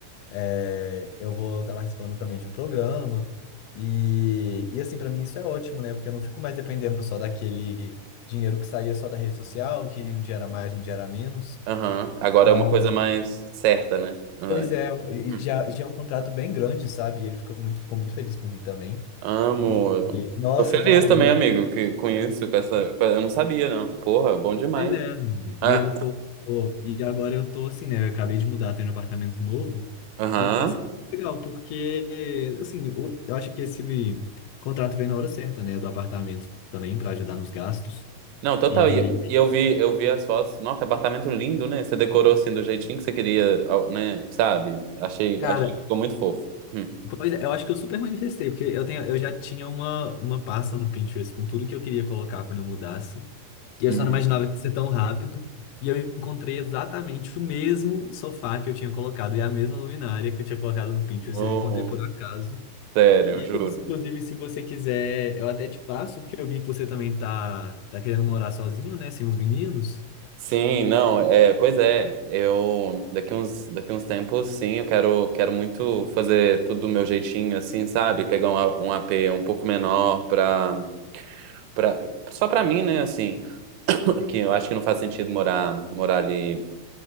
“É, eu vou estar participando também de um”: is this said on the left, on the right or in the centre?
Left